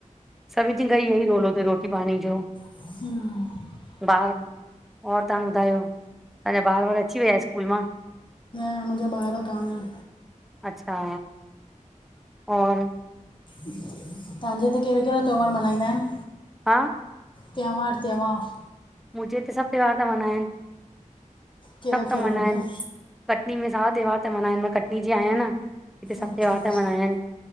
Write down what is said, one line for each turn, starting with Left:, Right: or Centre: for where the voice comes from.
Centre: सभिन चन ता <unintelligible> खां ई इहो ई रोलो थथई रोटी पाणी जो
Left: हम्म
Centre: बार ब और तव्हां ॿुधायो असांजा ॿार बार अची विया स्कूल मां?
Left: ऐं मुंहिंजा ॿार कानन।
Centre: अच्छा और
Left: तव्हांजे हिते कहिड़ा कहिड़ा त्योहार मल्हाईंदा आहिनि?
Centre: हा।
Left: त्योहार, त्योहार
Centre: मुंहिंजे हिते सभु त्योहार त मल्हाइनि
Left: कहिड़ा
Centre: सभु
Left: कहिड़ा
Centre: त मल्हाइनि।
Left: ॿुधाए
Centre: कटनी में सारा त्योहार त मल्हानि मां कटनी जी आहियां न हिते सभु
Left: अच्छा
Centre: त्योहार
Left: अच्छा
Centre: त मल्हा आहिनि।